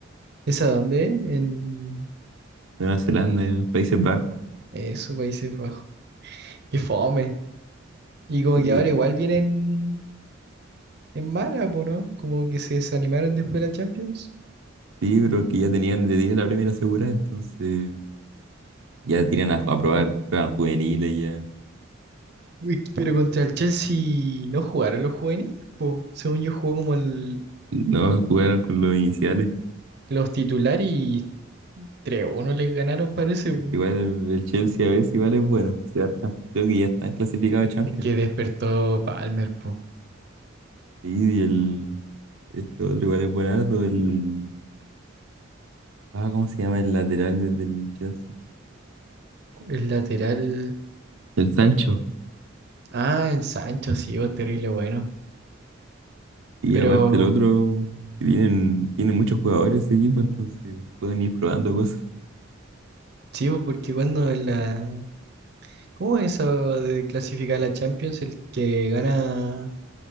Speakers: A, on the right; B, on the right.
A: ¿Es a dónde? En
B: Nueva Zelanda, eh, Países Bajos.
A: esos Países Bajos. Qué fome. Y como
B: Sí,
A: que ahora igual vienen en mala, pues, ¿no? Como que se desanimaron después de la Champions.
B: Sí, pero es que ya tenían, ya tenían la primera asegurada, entonces ya tiran a, a probar pruebas juveniles, ya.
A: Uy, Pero contra el Chelsea no jugaron los juveniles, po. Según yo jugó como el,
B: No jugaron con los iniciales.
A: los titulares y 3 uno les ganaron, parece, po.
B: Es que igual el Chelsea a veces igual es bueno. se va champ- Creo que ya están clasificados a Champions.
A: Es Que despertó Palmer, po.
B: Sí, y el este otro igual es buenardo, el ah, ¿cómo se llama el lateral de- del Chelsea?
A: El lateral.
B: El Sancho.
A: Ah, el Sancho, sí, oh, terrible bueno.
B: Y
A: Pero
B: aparte el otro, tienen, tienen muchos jugadores ese equipo, entonces pueden ir probando cosas.
A: sí, po, porque cuando en la. ¿Cómo es eso de clasificar a la Champions? El que gana.